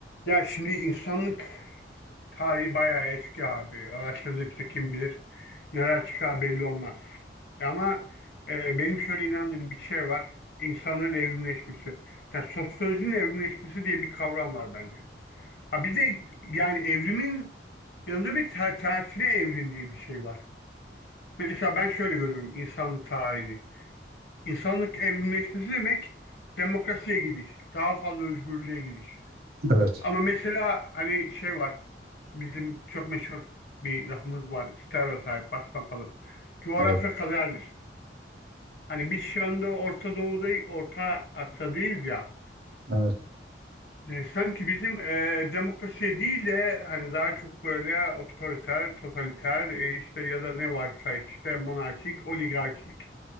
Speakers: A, on the left; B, on the right.
A: Ya şimdi insanlık tarihi bayağı eski abi. Araştırdıkça kim bilir neler çıkar belli olmaz. Ama e, benim şöyle inandığım bir şey var. İnsanların evrimleşmesi. Yani sosyolojinin evrimleşmesi diye bir kavram var bende. Ha bir de yani evrimin yanında bir ter- tersine evrim diye bir şey var. Mesela ben şöyle görüyorum insanlık tarihini. İnsanlık evrimleşmesi demek demokrasiye gidiş, daha fazla özgürlüğe gidiş.
B: Evet,
A: Ama mesela hani şey var. Bizim çok meşhur bir lafımız var. Stereotip, basmakalıp. Coğrafya
B: evet,
A: kaderdir. Hani biz şu anda Orta Doğu'da, Orta Asya'dayız ya.
B: evet.
A: E, sanki bizim e, demokrasi değil de hani daha çok böyle otoriter, totaliter e, işte ya da ne varsa işte monarşik, oligarşik